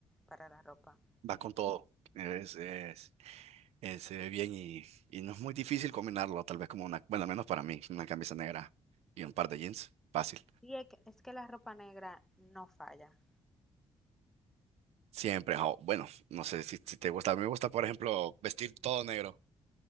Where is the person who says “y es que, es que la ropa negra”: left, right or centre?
Centre